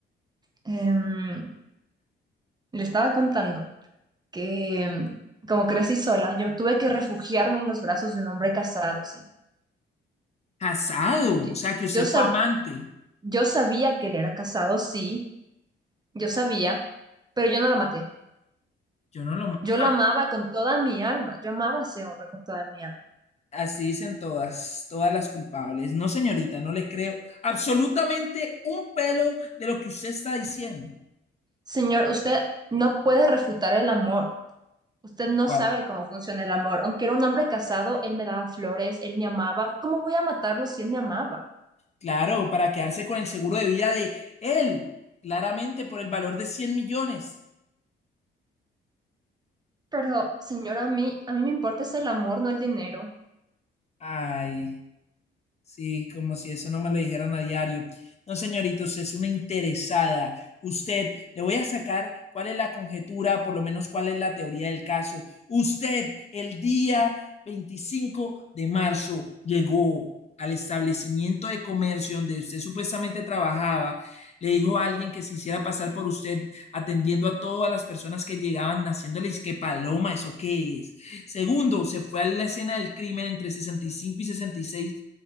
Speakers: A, on the right (about 20°); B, on the left (about 35°).
A: em, Le estaba contando que mm, como crecí sola, yo tuve que refugiarme en los brazos de un hombre casado, señor.
B: casado.
A: Y- y-
B: O sea, que usted
A: Yo, sab-
B: fue amante.
A: yo sabía que él era casado, sí, yo sabía, pero yo no lo maté.
B: Yo no lo...
A: Yo
B: ja,
A: lo amaba con toda mi alma, yo amaba a ese hombre con toda mi alma.
B: así dicen todas, todas las culpables. No, señorita, no le creo absolutamente un pelo de lo que usted está diciendo.
A: Señor, usted no puede refutar el amor. Usted no
B: ¿Cuál?
A: sabe cómo funciona el amor. Aunque era un hombre casado, él me daba flores, él me amaba. ¿Cómo voy a matarlo si él me amaba?
B: Claro, para quedarse con el seguro de vida de él, claramente por el valor de 100 millones.
A: Pero, señor, a mí, a mí me importa es el amor, no el dinero.
B: Ay. Sí, como si eso no me lo dijeran a diario. No, señorita, usted es una interesada. Usted, le voy a sacar cuál es la conjetura, por lo menos cuál es la teoría del caso. Usted, el día 25 de marzo, llegó al establecimiento de comercio donde usted supuestamente trabajaba. Le dijo a alguien que se hiciera pasar por usted, atendiendo a todas las personas que llegaban, haciéndoles que paloma, ¿eso qué es? Segundo, se fue a la escena del crimen entre sesenta y cinco y y sesenta y seis